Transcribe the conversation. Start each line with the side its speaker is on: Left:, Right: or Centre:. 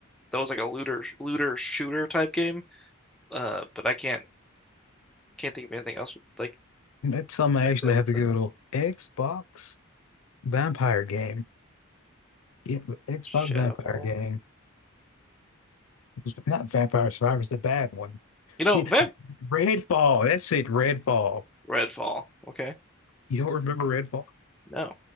Centre: That was like a looter looter shooter type game. Uh, but I can't can't think of anything else with, like
Left: That's something I
Centre: like
Left: actually
Centre: that with
Left: have to
Centre: uh,
Left: give it a Xbox Vampire game. Yeah, the Xbox
Centre: Shadowfall.
Left: Vampire game. It was not Vampire Survivors, the bad one.
Centre: You know,
Left: Yeah,
Centre: Vamp
Left: Redfall. That's it, Redfall.
Centre: Redfall. Okay,
Left: You don't remember Redfall?
Centre: no.